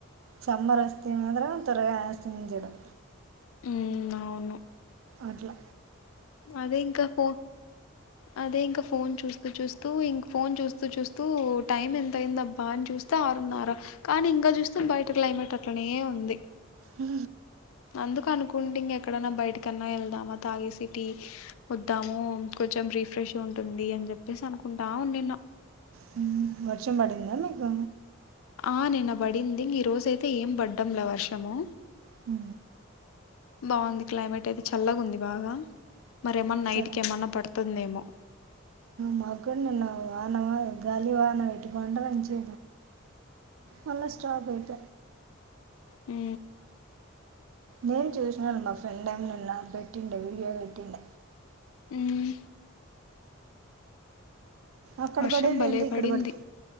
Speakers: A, on the right; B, on the left.
A: సమ్మర్ వస్తే మాత్రరం త్వరగా ఆస్తమించడం
B: ఉ అవును
A: అట్ల
B: అదే ఇంకా ఫోన్ అదే ఇంక ఫోన్ చూస్త చూస్ <unintelligible> ఇంక ఫోన్ చూస్తూ చూస్తూ టైం ఎంత అయింది అబ్బా అని చూస్తే ఆరున్నర కానీ ఇంగా చూస్తే బయట క్లైమేట్ అట్లనే ఉంది
A: హ
B: అందుకు అనుకుంటి ఇంగ ఎక్కడన్న బయట కన్నా వెళ్దామా తాగేసి టీ వద్దాము కొంచెం రిఫ్రెష్ ఉంటుంది చెప్పేసి అనుకుంటా ఉనిన్న
A: హు వర్షం పడింద మీకు
B: ఆ నిన్న పడింది ఈ రోజయితే ఏం పడ్డంల వర్షము
A: హు
B: బాగుంది క్లైమేట్ అయితే చల్లగ ఉంది బాగా మరేమన్నా నైట్
A: చ
B: కి ఏమన్నా పడ్ తుందేమో
A: మాకు కూడా నిన్న వాన గాలి వన వటి కొంటంచి మళ్ళ స్టాప్ అయిప
B: హు
A: నేను చూసినాను మా ఫ్రెండ్ ఏమ్ నిన్న పెట్టిండ వీడియో పెట్టిండ
B: ఉమ్
A: అక్కడ
B: వర్షం
A: పడేది
B: భలేపడింది
A: ఏంది ఇక్కడ పడితే